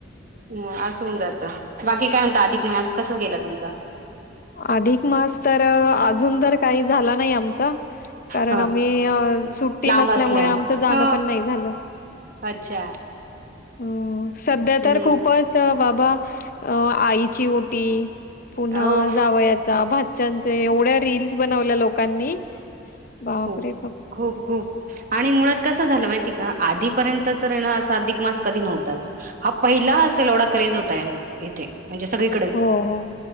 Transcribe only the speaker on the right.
हो असं होऊन जातं बाकी काय म्हणत अधिक म्हस कस गेला तुमचा
ह
लांब
असल्या
ह
अच्छा
हम्म
हो
खूप
खूप खूप आणि मुळात कस झालं माहितीये का आधीपर्यंत तर है ना असा अधिक मास कधी नव्हताच हा पहिला असेल एवढा क्रेज होता यांना इथे म्हणजे सगळीकडेच